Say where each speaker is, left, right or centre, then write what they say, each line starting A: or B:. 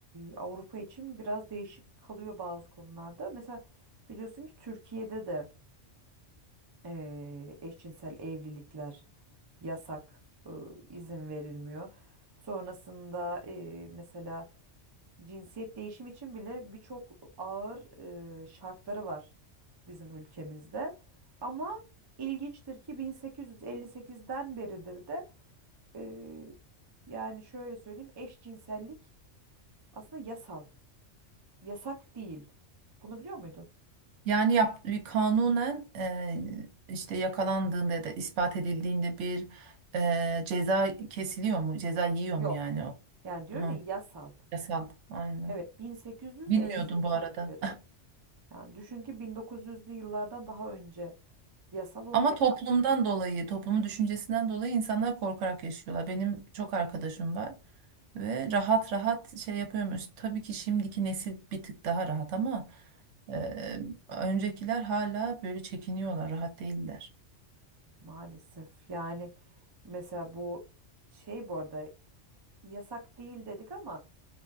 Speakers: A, on the right; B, on the right.
A: Avrupa için biraz değişik kalıyor bazı konularda. Mesela biliyorsun ki Türkiye'de de e, eşcinsel evlilikler yasak, e, izin verilmiyor. Sonrasında e, mesela cinsiyet değişimi için bile birçok ağır e, şartları var bizim ülkemizde. Ama ilginçtir ki 1858'den beridir de e, yani şöyle söyleyeyim eşcinsellik aslında yasal. Yasak değil. Bunu biliyor muydun?
B: Yani yap, bir kanunen eee, işte yakalandığında ya da ispat edildiğinde bir eee, ceza kesiliyor mu? Ceza yiyor
A: Yok.
B: mu yani o?
A: Yani diyorum
B: Hı,
A: ya yasal.
B: yasal. Aynen.
A: Evet 1858'den
B: Bilmiyordum bu arada.
A: beri. Yani düşün ki 1900'lü yıllardan daha önce yasal olmuş.
B: Ama toplumdan dolayı, toplumun düşüncesinden dolayı insanlar korkarak yaşıyorlar. Benim çok arkadaşım var ve rahat rahat şey yapıyormuş. Tabii ki şimdiki nesil bir tık daha rahat ama e, öncekiler hala böyle çekiniyorlar, rahat değiller.
A: Maalesef. Yani mesela bu şey bu arada yasak değil dedik ama